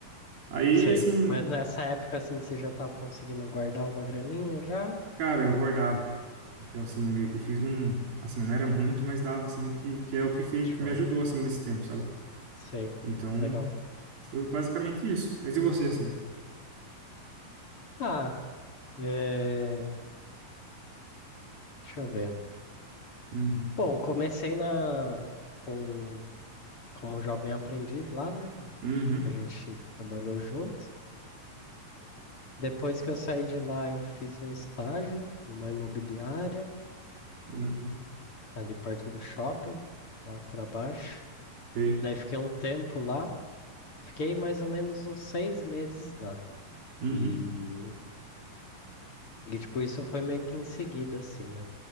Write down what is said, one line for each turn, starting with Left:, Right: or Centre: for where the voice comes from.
Right: Aí,
Left: sei.
Right: assim,
Left: Mas nessa época, assim, você já estava conseguindo guardar uma graninha já?
Right: cara, eu guardava. Então, assim, meio que eu fiz um, assim, não era muito, mas dava, assim, que, que é o que fez,
Left: Show.
Right: que me ajudou, assim, nesse tempo, sabe?
Left: Sei.
Right: Então,
Left: Legal.
Right: foi basicamente isso. Mas e você, assim?
Left: Ah, é... deixa eu ver.
Right: Uhum.
Left: Bom, comecei na... com... como jovem aprendiz lá, né?
Right: Uhum.
Left: Que a gente trabalhou junto. Depois que eu saí de lá, eu fiz um estágio numa imobiliária,
Right: Uhum.
Left: ali perto do shopping, lá para baixo.
Right: Sei.
Left: Daí fiquei um tempo lá, fiquei mais ou menos uns seis meses lá.
Right: Uhum.
Left: E, e tipo, isso foi meio que em seguida, assim, né?